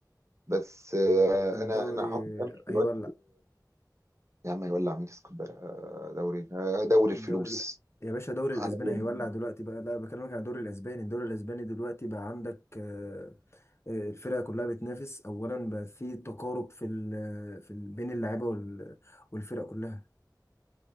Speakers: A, on the right; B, on the left.
A: بس آه،
B: الدوري
A: انا انا حاطط امل في
B: هيولع
A: الوقت يا عم هيولع مين اسكندريه آه، دوري آه، دوري
B: الدوري
A: الفلوس
B: ال... يا باشا الدوري الاسباني
A: على اليمين.
B: هيولع دلوقتي بقى لا بكلمك عن الدوري الاسباني الدوري الاسباني دلوقتي بقى عندك آه، آه، الفرقه كلها بتنافس اولا بقى في تقارب في ال... في ال... بين اللعيبه وال... والفرق كلها